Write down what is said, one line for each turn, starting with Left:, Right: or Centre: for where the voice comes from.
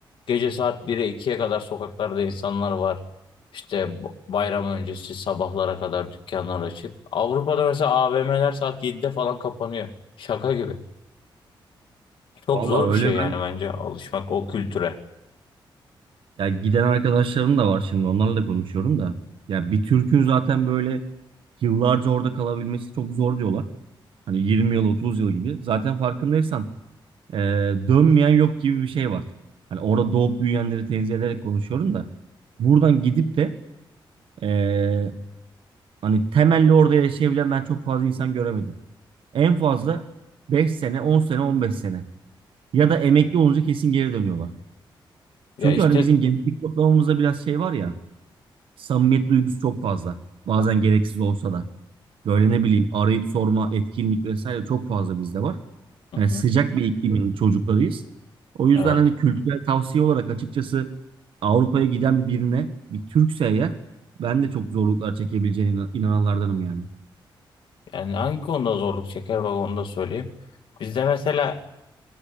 Left: Gece saat 1'e ikiye kadar sokaklarda insanlar var. İşte b- bayram öncesi sabahlara kadar dükkanlar açık. Avrupa'da mesela AVM'ler saat 7'de falan kapanıyor. Şaka gibi. Çok
Right: Valla
Left: zor bir
Right: öyle
Left: şey
Right: ben
Left: yani bence alışmak o kültüre.
Right: ya giden arkadaşlarım da var şimdi onlarla da konuşuyorum da. Ya bir Türk'ün zaten böyle yıllarca orada kalabilmesi çok zor diyorlar. Hani 20 yıl 30 yıl gibi. Zaten farkındaysan e, dönmeyen yok gibi bir şey var. Hani orada doğup büyüyenleri tenzih ederek konuşuyorum da. Buradan gidip de e, hani temelli orada yaşayabilen ben çok fazla insan göremedim. En fazla beş sene on sene 15 sene. Ya da emekli olunca kesin geri dönüyorlar.
Left: Ya
Right: Çünkü
Left: işte
Right: hani bizim genetik kodlamamızda biraz şey var ya. Samimiyet duygusu çok fazla. Bazen gereksiz olsa da. Böyle ne bileyim arayıp sorma, etkinlik vesaire çok fazla bizde var.
Left: Hı.
Right: Yani sıcak bir iklimin çocuklarıyız. O yüzden
Left: evet.
Right: hani kültürel tavsiye olarak açıkçası Avrupa'ya giden birine, bir Türkse eğer ben de çok zorluklar çekebileceğine inan- inananlardanım yani.
Left: Yani hangi konuda zorluk çeker bak onu da söyleyeyim. Bizde mesela